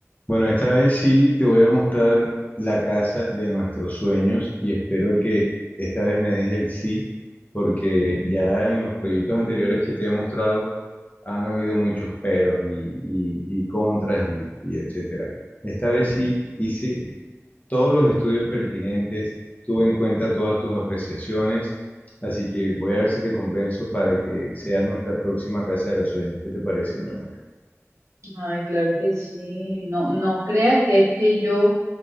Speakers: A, on the left; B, on the right.
A: Bueno, esta vez sí te voy a mostrar la casa de nuestros sueños y espero que esta vez me des el sí, porque ya en los proyectos anteriores que te he mostrado han habido muchos peros y, y- y contras y, y etcétera. Esta vez sí hice todos los estudios pertinentes, tuve en cuenta todas tus apreciaciones, así que voy a ver si te convenzo para que sea nuestra próxima casa de los sueños. ¿Qué te parece, mi amor?
B: Ay, claro que sí. No, no creas que es que yo